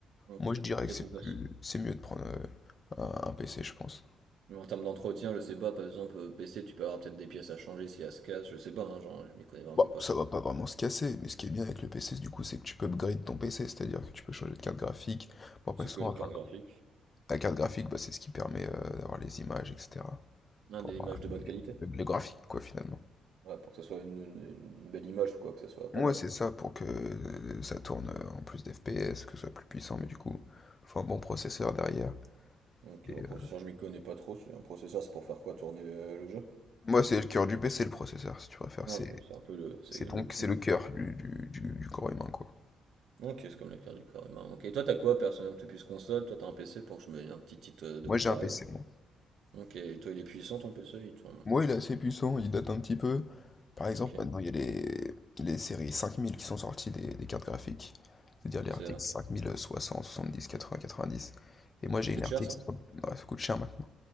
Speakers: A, on the right; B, on the left.
A: ok.
B: Moi, je dirais
A: Toi,
B: que c'est
A: tu me penses.
B: plus, c'est mieux de prendre euh, un, un PC, je pense.
A: Mais en termes d'entretien, je sais pas, par exemple, euh, PC, tu peux avoir peut-être des pièces à changer si elle se casse, je sais pas, hein, genre, je m'y connais vraiment
B: Bon,
A: pas,
B: ça
A: tu
B: va
A: vois.
B: pas vraiment se casser, mais ce qui est bien avec le PC, du coup, c'est que tu peux upgrade ton PC, c'est-à-dire que tu peux changer de carte graphique. Bon, après,
A: C'est
B: souvent,
A: quoi une
B: enfin,
A: carte graphique?
B: la carte graphique, bah, c'est ce qui permet euh, d'avoir les images, etc.
A: Ah,
B: Pour
A: des
B: avoir
A: images de bonne qualité.
B: le, le graphique, quoi, finalement.
A: Ouais, pour que ça soit une, une- une belle image, quoi, que ça soit
B: Moi,
A: pas mal.
B: c'est ça pour que euh, ça tourne euh, en plus d'FPS, que ce soit plus puissant, mais du coup, faut un bon processeur derrière.
A: Ok,
B: Et,
A: au processeur,
B: euh,
A: je m'y connais pas trop. c'est- Un processeur, c'est pour faire quoi tourner euh, le jeu?
B: moi, c'est le cœur du PC, le processeur, si tu préfères.
A: Ah,
B: C'est
A: ok, c'est un peu le, c'est
B: C'est
A: le
B: donc
A: poumon,
B: c'est le cœur
A: quoi.
B: du, du- du- du corps humain, quoi.
A: Ok, c'est comme le cœur du corps humain. Ok, et toi, t'as quoi, personnellement? T'es plus console, toi, t'as un PC pour que je me dise un petit titre euh, de
B: Moi,
A: comparaison.
B: j'ai un PC, moi.
A: Ok, et toi, il est puissant, ton PC, il tourne.
B: Moi,
A: euh,
B: il est assez puissant, il date un petit peu. Par exemple,
A: Ok,
B: maintenant, il y a les, les séries 5000 qui sont sorties des, des cartes graphiques. C'est-à-dire les
A: c'est
B: RTX
A: ok.
B: 5060, 70, 80, 90. Et moi,
A: Ça
B: j'ai
A: coûte
B: une RTX...
A: cher, ça?
B: trois- Ah, ça coûte cher maintenant.